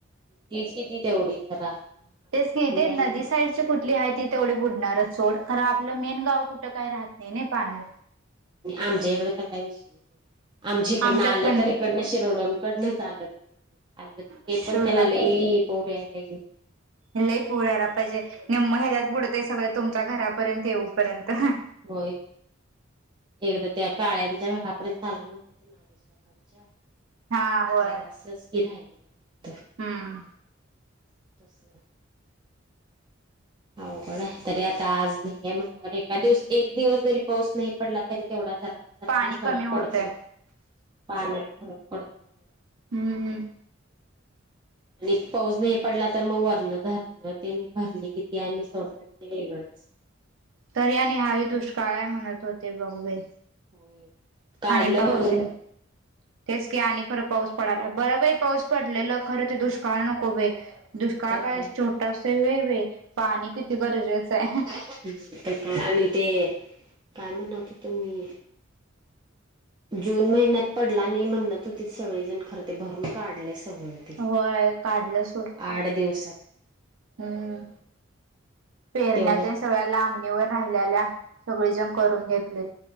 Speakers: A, on the right; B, on the right.
A: तीच किती तेवढी रान झालाड्यातले
B: तेच की ते नदी
A: आणि
B: साईडची कुठली आहे ती तेवढे बुडणारच सोड खर आपलं मेन गाव कुठं काय राहत नाही पाण्यात.
A: आमच्या इकड तर काय विषयी आमच्या इकडनं
B: आमच्यात
A: आलं
B: पण नाही.
A: तर इकडनं शिरडून कडनच आलं त आलं ते
B: शिरोटोन
A: पण त्याला ले पोड याय पाजे
B: लई पुळयला पाहिजे हे महिन्यात बुडतय सगळं तुमच्या घरापर्यंत येऊपर्यंत
A: होय क एकदा त्या काळ्यांच्या घरापर्यंत आला नव्हता ते
B: हा होय.
A: जरा असच की राहिलेलं फक्त
B: हम्म
A: तस अवघड आहे तरी आता आज नाही आहे, म्हटल्यावर एका दिवस एक दिवस जरी पाऊस नाही पडला तरी तेवढा जरा जरा
B: पाणी
A: तरी फरक
B: कमी होतंय.
A: पडते पाण्यात फरक पडते
B: हम्म हम्म
A: आणि पाऊस नाही पडला तर मग वरण धरणं तेनी भरली किती आणि सोडत ते वेगळंच
B: तरी आणि या वेळी दुष्काळ हाय म्हणत होते बघ बाई
A: होय काढलं
B: आणि पावशन
A: भरून
B: तेच की आणि खरं पाऊस पडाला, बरं बाई पाऊस पडलेलं खरं ते दुष्काळ नको बाई दुष्काळ
A: नाहीतर
B: काळ
A: काय
B: छोटस असेल वे वे पाणी किती गरजेचं आहे
A: काय आणि ते काय म्हणत होतो मी जून महिन्यात पडला आणि म्हग नंतर ते सगळेजण खरते भरून काढलय सगळ
B: होय काढलं सोड
A: आठ दिवसात
B: हम्म पेरण्या
A: तेवढं
B: सगळ्या लांबणीवर राहिल्याल्या सगळेजण करून घेतले